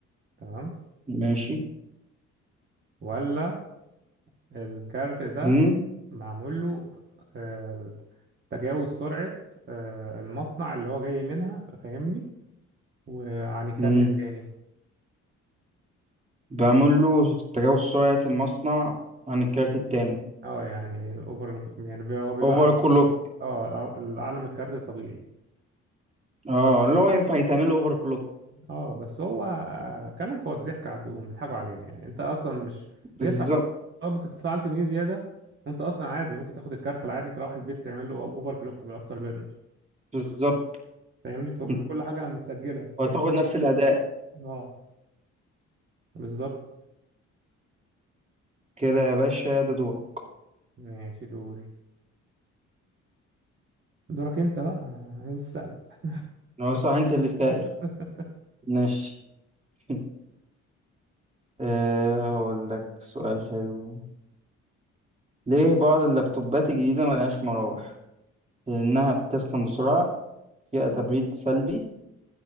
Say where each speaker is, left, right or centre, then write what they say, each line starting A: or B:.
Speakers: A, on the right; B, on the right.
A: تمام
B: ماشي
A: ولا الكارت ده
B: مم.
A: معمول له آه، تجاوز سرعة آه، المصنع اللي هو جاي منها ف- فاهمني وعن الكارت
B: مم.
A: التاني
B: بعمل له تجاوز سرعة المصنع عن الكارت التاني
A: اه يعني الاوفر يعني بي- هو بيبقى
B: اوفر كلوك
A: اه الأع- الأعلى من الكارت الطبيعي
B: اه اللي هو ينفع يتعمل له اوفر كلوك
A: اه بس هو آه، كلام فاضي ضحك على الدقون بيضحكوا علينا يعني انت اصلا مش بتدفع
B: بالظبط
A: فلوس اه ممكن تدفع 1000 جنيه زياده وانت اصلا عادي ممكن تاخد الكارت العادي تروح البيت تعمل له اوفر كلوك بالافتر بيرنر
B: بالظبط
A: فاهمني فبيبقى
B: <laughs>
A: كل <laughs> حاجه متسجله
B: وهتاخد نفس الأداء
A: اه بالظبط
B: كده يا باشا ده دورك
A: ماشي دوري دورك انت بقى انا لسه سألك
B: هو صح انت اللي سائل
A: <laughs>
B: ماشي <laughs> أه هقول لك سؤال حلو ليه بعض اللابتوبات الجديدة ملهاش مراوح؟ لأنها بتسخن بسرعة فيها تبريد سلبي